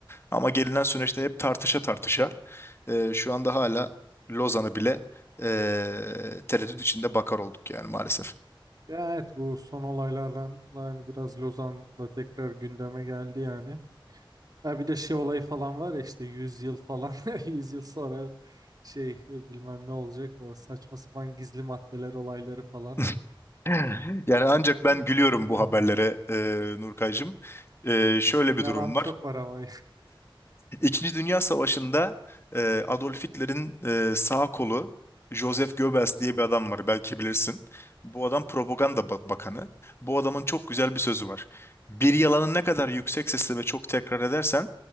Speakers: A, on the left (about 30°); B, on the right (about 45°).
A: Ama gelinen süreçte hep tartışa tartışa e, şu anda hala Lozan'ı bile e, tereddüt içinde bakar olduk yani maalesef.
B: Ya evet bu son olaylardan yani biraz Lozan'da tekrar gündeme geldi yani. Ha bir de şey olayı falan var ya işte 100 yıl falan <laughs> 100 yıl sonra şey e, bilmem ne olacak o saçma sapan gizli maddeler olayları falan.
A: <laughs> Yani ancak ben
B: <laughs>
A: gülüyorum bu haberlere e, Nurkaycığım. E, şöyle
B: İnanan
A: bir durum
B: çok
A: var.
B: var ama
A: İkinci Dünya Savaşı'nda e, Adolf Hitler'in e, sağ kolu Joseph Goebbels diye bir adam var belki bilirsin. Bu adam propaganda ba- bakanı. Bu adamın çok güzel bir sözü var. Bir yalanı ne kadar yüksek sesle ve çok tekrar edersen